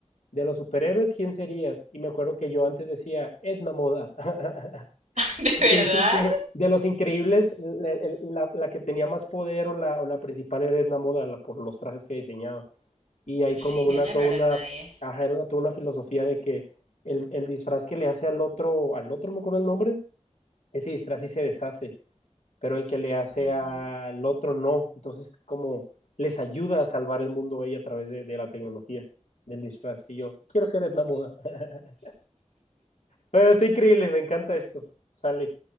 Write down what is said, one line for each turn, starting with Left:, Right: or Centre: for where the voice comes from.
Left: de los superhéroes, ¿quién serías? Y me acuerdo que yo antes decía Edna Moda. <laughs>
Right: ¿De
Left: Porque
Right: verdad?
Left: dicen que de los increíbles, la, el- la- la que tenía más poder o la, o la principal era Edna Moda la- por los trajes que diseñaba. Y hay
Right: Sin
Left: como una,
Right: ella
Left: toda
Right: no era
Left: una,
Right: nadie.
Left: ajá, era una, toda una filosofía de que el, el disfraz que le hace al otro, al otro, no me acuerdo el nombre, ese disfraz sí se deshace, pero el que le hace
Right: Ujú.
Left: al otro no. Entonces es como les ayuda a salvar el mundo a ella a través de, de la tecnología, del disfraz. Y yo quiero ser Edna Moda. <laughs> Bueno, está increíble, me encanta esto. Sale.